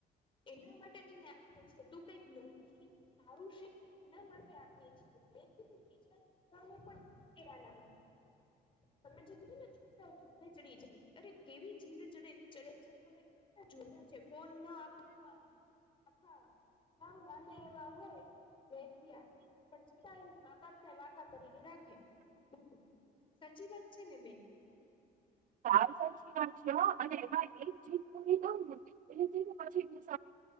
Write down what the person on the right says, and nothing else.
હાલ, સાચી છે હો અને એમાં એક ચીજ <unintelligible> એટલે પછી <inaudible> પડી